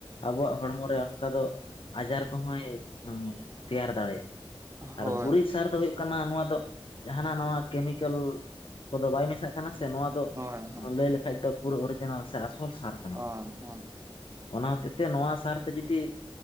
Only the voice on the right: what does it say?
ᱦᱳᱭ
ᱦᱳᱭ ᱦᱳᱭ
ᱚ ᱦᱮᱸ